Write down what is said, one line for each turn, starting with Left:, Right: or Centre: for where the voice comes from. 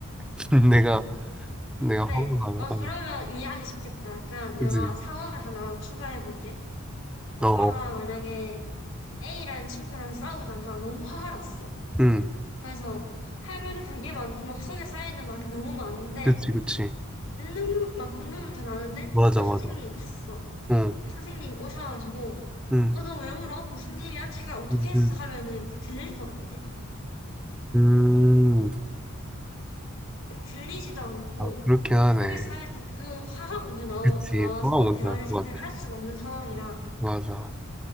Centre: <laughs> 내가,
Left: 응.
Centre: 내가
Left: 근데
Centre: 화가 나면,
Left: 어
Centre: 어,
Left: 그러면 이해하기 쉽겠다. 약간 내가
Centre: 그치.
Left: 상황을 하나 추가해 볼게. 오빠가
Centre: 어, 어.
Left: 만약에 A라는 친구랑 싸우다가 너무 화가 났어.
Centre: 응.
Left: 그래서 할 말도 되게 많고 막 속에 쌓여있는 말이 너무 많은데
Centre: 그치, 그치.
Left: 눈물 막 눈물부터 나는데
Centre: 맞아,
Left: 그걸
Centre: 맞아.
Left: 선생님이 봤어.
Centre: 응
Left: 선생님 오셔가지고
Centre: 응
Left: 어 너 왜 울어? 무슨 일이야? 제가 어떻게
Centre: 응
Left: 했어?
Centre: 응
Left: 하면은 이렇게 들릴 것 같아.
Centre: 음,
Left: 이게 들리지도 않고
Centre: 아, 그렇긴 하네.
Left: 속에 쌓여있던 그 화가 먼저 나오,
Centre: 그치,
Left: 나와서
Centre: 소화 먼저
Left: 대화를
Centre: 알것
Left: 제대로
Centre: 같아.
Left: 할 수가 없는 상황이라
Centre: 맞아.